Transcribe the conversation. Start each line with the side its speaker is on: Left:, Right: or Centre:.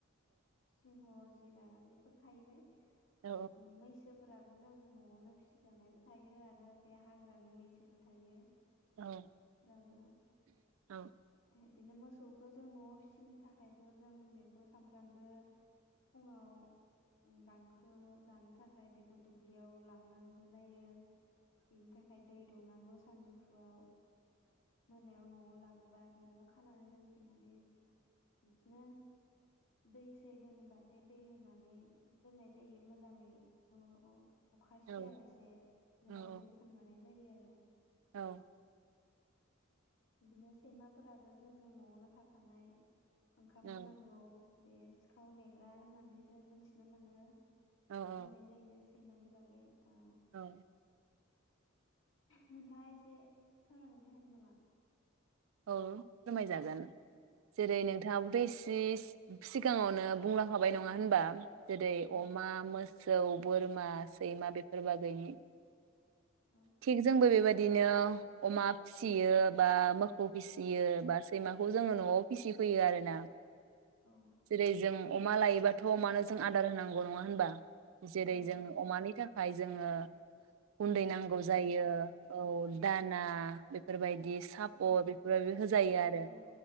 Left: सिंह जिरा बेफोर थाहैबाय
Right: औ
Left: उम मैसोब फोराबो जों जों नआवनो फिसिजानायबो थायो आरो बे हाग्रानि मैसोबो थायो।
Right: औ
Left: आबो
Right: औ
Left: बेदिनो मोसौखौ जों न'आव फिसिनो थाखायथ जों बेखौ सानफ्रामबो फुङाव उम गांखो जानो थाखाय बेखौ दुब्लियाव लांनांगौ जायो। बिनि थाखाय दै दौनांगौ सानजौफुआव। मोनायाव न' आव लाबोबा नआव खानानै दोनफैनानै जि बिदिनो दै सै लोङोबाथाय दै होनानै दोननाय जायो मोजाङै न'आव। अखा
Right: औ
Left: सियालासे मोजाङै
Right: औ
Left: जोथोन लानाय जायो आरो
Right: औ
Left: इदिनो सैमाफोराबो जों जों नआवनो थाफानाय। ओंखाम
Right: ओं
Left: होनांगौ। बे सिखाव नेग्रा होननानै जों मोनथिनो मोनो।
Right: औ औ
Left: बुंनाय जायो। सैमानि बागै ओ
Right: औ
Left: नोंथाङा इसे फोरमायनानै होनो नामा?
Right: औ फोरमाय जागोन, जेरै
Left: औ
Right: नोंथाङाबोथ' इस, जि सिगाङावनो बुंलांखाबाय नङा होनबा, जेरै
Left: औ
Right: अमा मोस जौ बोरमा, सैमा, बेफोर बागैनि,
Left: औ
Right: थिग जोंबो बेबायदिनो अमा फिसियो बा मोख मोखौ फिसियो बा सैमा, खौ जोङो न'आव फिसि फैयो आरोना,
Left: औ
Right: जेरै जों अमा लायोबाथ' अमानो जों आदार होनांगौ नङा होनबा जेरै
Left: औ
Right: जों
Left: औ
Right: अमानि थाखाय, जोङो गुन्दै नांगौ जायो औ
Left: उम
Right: दाना, बेफोरबायदि बि सापत
Left: औ
Right: बेफोरबायदि होजायो
Left: सापर
Right: आरो
Left: औ